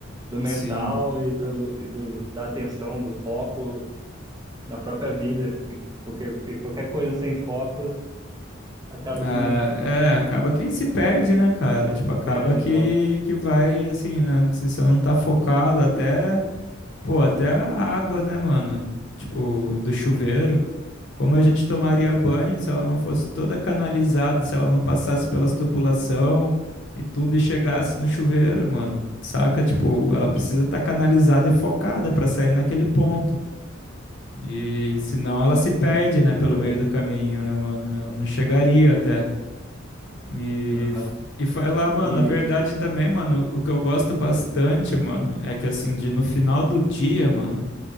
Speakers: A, on the right; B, on the left.
A: do mental
B: sim.
A: e do, e do da atenção, do foco na própria vida. Porque, porque qualquer coisa sem foco acaba
B: Ah,
A: que não
B: é, acaba que se perde, né, cara? Tipo,
A: que
B: acaba
A: perde
B: que,
A: exato
B: que vai, assim, né? Se você não tá focado, até, pô, até a água, né, mano? Tipo, do chuveiro. Como a gente tomaria banho se ela não fosse toda canalizada, se ela não passasse pelas tubulação e tudo e chegasse no chuveiro, mano? Saca? Tipo, ela precisa estar canalizada e focada pra sair naquele ponto. E senão ela se perde, né,
A: a
B: pelo
A: diferença.
B: meio do caminho, né, mano? Ela não chegaria até. E
A: Aham.
B: e falar, mano,
A: E
B: na verdade também, mano, o que eu gosto bastante, mano, é que assim, de no final do dia, mano,